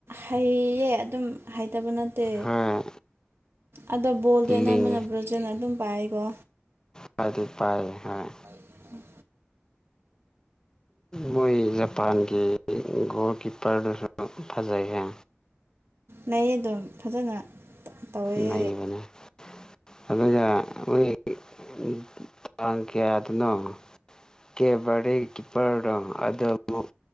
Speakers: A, on the right (about 70°); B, on the left (about 15°).
A: ꯍꯩꯌꯦ ꯑꯗꯨꯝ ꯍꯩꯇꯕ ꯅꯠꯇꯦ
B: ꯍꯣꯏ
A: ꯑꯗꯣ ꯕꯣꯜꯗꯤ ꯑꯅꯝꯕꯅ
B: ꯂꯤꯡ
A: ꯕ꯭ꯔꯣꯖꯅ ꯑꯗꯨꯝ ꯄꯥꯏꯀꯣ
B: ꯐꯗꯤ ꯄꯥꯏ ꯍꯥꯏ
A: ꯎꯝ
B: ꯃꯣꯏ ꯖꯄꯥꯟꯒꯤ ꯣꯜ ꯀꯤꯄꯔꯗꯨꯁꯨ ꯐꯖꯩꯒꯦ
A: ꯂꯩꯌꯦ ꯑꯗꯨꯝ ꯐꯖꯅ ꯇꯧꯋꯦ
B: ꯅꯩꯅꯕꯅꯦ ꯑꯗꯨꯒ ꯃꯣꯏꯥꯡ ꯀꯌꯥꯗꯅꯣ ꯀꯦꯕꯗꯤ ꯀꯤꯞꯄꯔꯗꯣ ꯑꯗꯨꯨꯛ